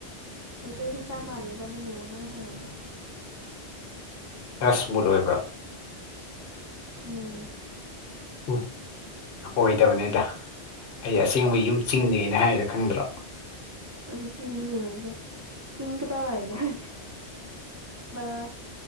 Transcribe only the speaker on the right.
ꯃꯩꯇꯩ ꯃꯆꯥ ꯃꯥꯜꯂꯤꯕ ꯅꯪꯒꯤ ꯋꯥꯉꯥꯡ ꯁꯉꯥꯡꯗꯣ
ꯎꯝ
ꯑꯗꯨ ꯆꯤꯡꯁꯨ ꯑꯣꯏꯔꯁꯨ ꯆꯤꯡ ꯀꯗꯥꯏꯋꯥꯏꯗꯅꯣ <unintelligible>